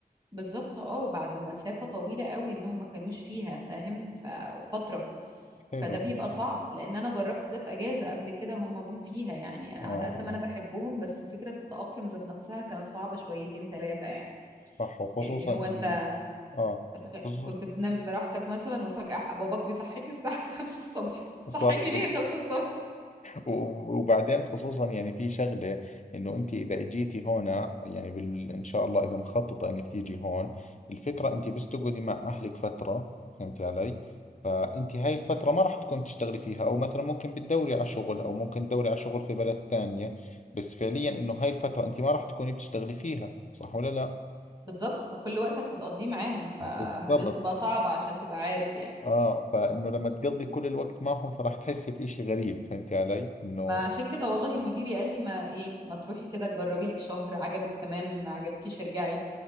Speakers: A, on the right; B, on the left.
A: بالظبط اه وبعد مسافة طويلة قوي انهم ما كانوش فيها فاهم ففترة
B: حلو
A: فده بيبقى
B: حلو
A: صعب لان انا جربت ده في اجازة قبل كده هم جم فيها يعني انا
B: اه
A: على قد
B: اه
A: ما انا بحبهم بس فكرة التأقلم ذات نفسها كانت صعبة شويتين ثلاثة يعني
B: صح وخصوصا
A: اللي هو
B: انه
A: انت
B: اه
A: بتخ-
B: خصوص-
A: كنت بتنام براحتك مثلا وفجأة ح- باباك بيصحيك الساعة <laughs> 5 الصبح بتصحيني
B: صح
A: ليه 5 الصبح
B: و- وبعدين خصوصا يعني في شغلة انه انت اذا اجيتي هنا يعني بال... ان شاء الله اذا مخططة انك تيجي هون الفكرة انت بس تقعدي مع اهلك فترة فهمتي علي فانت هاي الفترة ما راح تكون تشتغلي فيها او مثلا ممكن بتدوري على شغل او ممكن تدوري على شغل في بلد ثانية بس فعليا انه هاي الفترة انت ما راح تكوني بتشتغلي فيها صح ولا لا
A: بالظبط فكل وقتك بتقضيه معاهم فدي
B: بالضبط
A: بتبقى صعبة عشان تبقى عارف يعني
B: اه فانه لما تقضي كل الوقت معهم فراح تحسي في اشي غريب فهمتي علي انه
A: ما عشان كده والله مديري قال لي ما ايه ما تروحي كده تجربي لك شهر عجبك تمام ما عجبكيش ارجعي